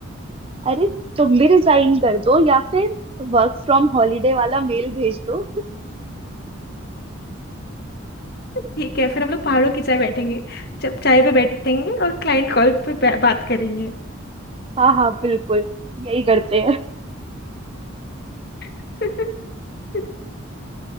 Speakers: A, on the right; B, on the left.
A: अरे तुम भी रिजाइन कर दो या फिर वर्क फ्रॉम हॉलीडे वाला मेल भेज दो
B: ठीक है फिर हम लोग पहाड़ों की चाय बैठेंगे जब चाय पे बैठेंगे और क्लाइंट कॉल पे बा- बात करेंगे
A: हाँ हाँ बिल्कुल यही करते हैं
B: <laughs>